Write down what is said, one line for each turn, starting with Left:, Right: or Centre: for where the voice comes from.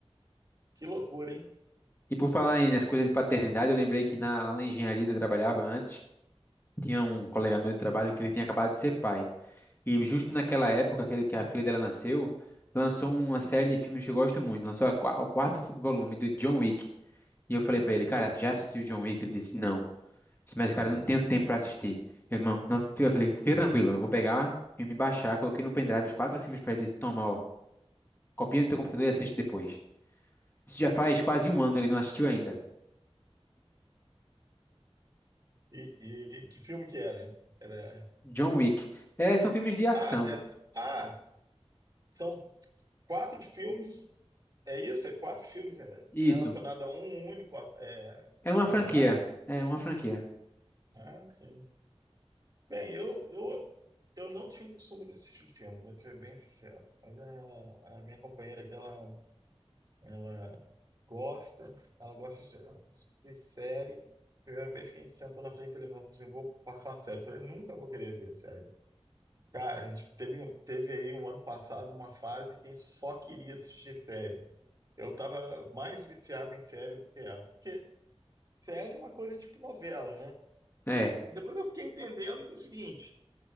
Right: Que loucura, hein?
Left: E por falar aí nessa coisa de paternidade, eu lembrei que na, lá na engenharia onde eu trabalhava antes, tinha um colega meu de trabalho que ele tinha acabado de ser pai. E justo naquela época, aquele que a filha dela nasceu, lançou uma série de filmes que eu gosto muito. Lançou a qua- o quarto volume do John Wick. E eu falei pra ele, cara, tu já assistiu John Wick? Ele disse, não. Eu Disse, mas, cara, eu não tenho tempo pra assistir. Eu, não, não, fica- eu falei, fica tranquilo, eu vou pegar o me baixar, coloquei no pendrive os quatro filmes pra ele. Ele disse, toma, ó, copia no teu computador e assiste depois. Isso já faz quase um ano, ele não assistiu ainda.
Right: E, e- que filme que era? hein? Era.
Left: John Wick. É, são filmes de ação.
Right: Ah, é- ah, são quatro filmes. É isso? É quatro filmes é,
Left: Isso.
Right: relacionados a um único é,
Left: É uma
Right: personagem?
Left: franquia. É uma franquia.
Right: Ah, sim. Bem, eu, eu, eu não tinha o costume de assistir filme, vou ser bem sincero. Mas a, a minha companheira aqui, ela, ela gosta, ela gosta de assistir série. Primeira vez que a gente sentou na frente da televisão, eu falei assim, vou passar uma série. Eu falei, nunca vou querer ver série. Cara, a gente teve, um- teve aí um ano passado uma fase que a gente só queria assistir série. Eu tava mais viciado em série do que ela. Porque série é uma coisa tipo novela, né?
Left: É.
Right: Depois eu fiquei entendendo que é o seguinte.